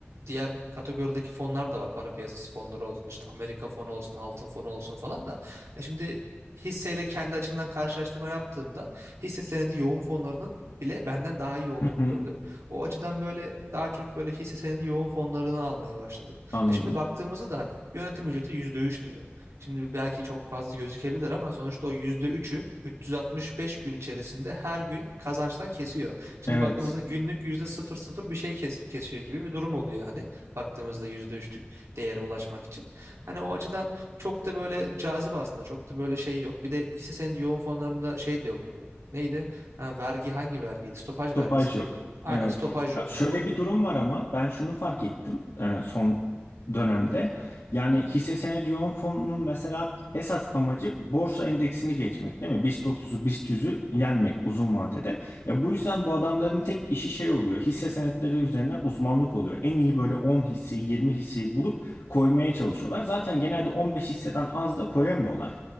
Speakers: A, on the right (about 80°); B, on the left (about 75°).
A: diğer kategorideki fonlar da var. Para piyasası fonları olsun, işte Amerika fonu olsun, altın fonu olsun falan da. E şimdi hisseyle kendi açımdan karşılaştırma yaptığımda hisse senedi yoğun fonlarının bile benden daha iyi olduğunu
B: Hı hı,
A: gördüm. O açıdan böyle daha çok böyle hisse senedi yoğun fonlarını almaya başladım.
B: Anladım.
A: E şimdi baktığımızda da hani yönetim ücreti %3 diyor. Şimdi belki çok fazla gözükebilir ama sonuçta o %3'ü 365 gün içerisinde her gün kazançtan kesiyor. Şimdi
B: Evet.
A: baktığımızda günlük yüzde sıfır sıfır bir şey kes kesiyor gibi bir durum oluyor hani baktığımızda yüzde üçlük değere ulaşmak için. Hani o açıdan çok da böyle cazip aslında çok da böyle şey yok. Bir de hisse senedi yoğun fonlarında şey de yoktu. Neydi? Ha, vergi hangi vergiydi? Stopaj vergisi
B: Topaj
A: miydi?
B: yok.
A: Aynen
B: Evet.
A: stopaj yoktu.
B: Ya şöyle
A: Bu
B: bir durum var ama ben şunu fark ettim e, son dönemde. Yani hisse senedi yoğun fonunun mesela Esas amacı borsa endeksini geçmek değil mi? BIST 30'u, BIST 100'ü yenmek uzun vadede. Ya bu yüzden bu adamların tek işi şey oluyor. Hisse senetleri üzerine uzmanlık oluyor. En iyi böyle 10 hisseyi, 20 hisseyi bulup koymaya çalışıyorlar. Zaten genelde 15 hisseden az da koyamıyorlar.